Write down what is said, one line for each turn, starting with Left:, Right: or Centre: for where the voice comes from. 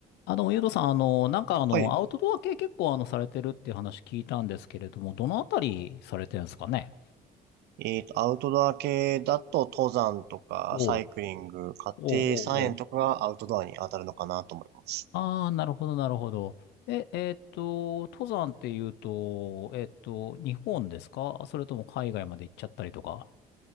Left: あ、どうも、ゆうとさん、あの、なんか、あの、
Right: はい。
Left: アウトドア系結構、あの、されてるっていう話聞いたんですけれども、どのあたりされてるんですかね
Right: えっと、アウトドア系だと登山とかサイクリング、
Left: おう、おう、
Right: 家庭菜園とかがアウトドアに当たるのかなと思います。
Left: おう、おう。ああー、なるほど、なるほど。え、えーっと、登山っていうと、えーっと、日本ですかそれとも海外まで行っちゃったりとか。